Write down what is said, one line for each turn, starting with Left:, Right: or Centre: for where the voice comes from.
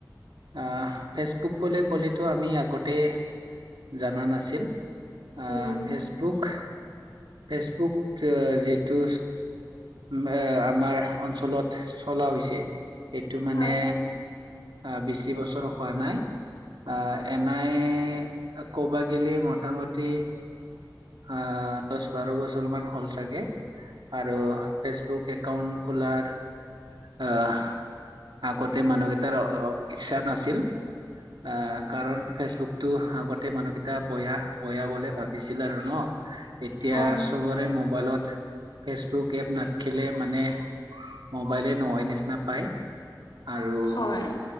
Right: আহ ফেচবুক বুলিো ক'লেতো আমি আগতে জনা নাছিল। আহ
Left: উম,
Right: ফেচবুক ফেচবুক যিটো এ আমাৰ অঞ্চলত চলা হৈছে এইেটো
Left: হয়
Right: মানে অ', বেছি বছৰ হোৱা নাই। আহ এনাই ক'বা গিলি মোটামটি অ', দহ বাৰ বছৰ মান হ'ল চাগে আৰু ফেচবুক একাউণ্ট খোলাৰ আহ আগতে মানুহকেইটাৰ ইচ্ছা নাছিল। আহ কাৰণ ফেচবুকতটো আগতে মানুহকেইটা বয়া বয়া বলে ভাব দিছিল আৰু ন এতিয়া
Left: হয়
Right: চবৰে মোবাইলত ফেচবুক এপ না থাকিলে মানে মোবাইলে নহয় নিচিনা পায় আৰু
Left: হয়